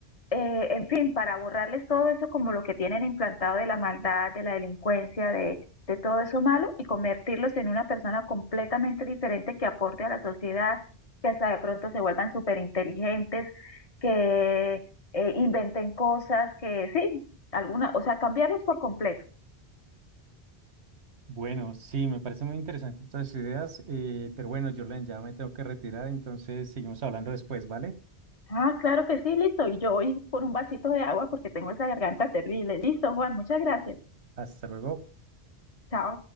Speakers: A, on the left (about 35°); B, on the right (about 85°).
A: eh, en fin, para borrarles todo eso como lo que tienen implantado de la maldad, de la delincuencia, de, de todo eso malo y convertirlos en una persona completamente diferente que aporte a la sociedad, que hasta de pronto se vuelvan súper inteligentes, que eh, inventen cosas, que sí, alguna, o sea, cambiarlos por completo.
B: Bueno, sí, me parece muy interesante todas tus ideas, eh, pero bueno, Jorlen, ya me tengo que retirar, entonces seguimos hablando después, ¿vale?
A: Ah, claro que sí, listo. Y yo voy por un vasito de agua porque tengo esa garganta terrible. Listo, Juan, muchas gracias.
B: Hasta luego.
A: Chao.